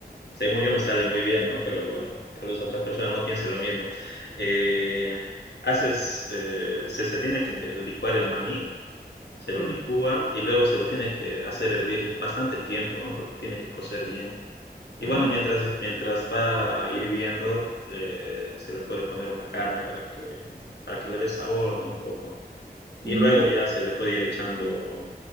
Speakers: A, on the left (about 85°); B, on the right (about 45°).
A: según yo me sale muy bien, ¿no? Pero bueno, tal vez otras personas no piensen lo mismo. Eh, haces, eh, se, se tiene que licuar el maní, se
B: Sí,
A: lo licúa y luego se lo tiene que hacer hervir bastante tiempo, ¿no? Porque tiene que cocer bien. Y
B: ajá.
A: bueno, mientras, mientras va hirviendo, eh, se le puede poner una carne para que, para que le dé sabor, ¿no? Un poco. Y
B: mm,
A: luego ya se le puede ir echando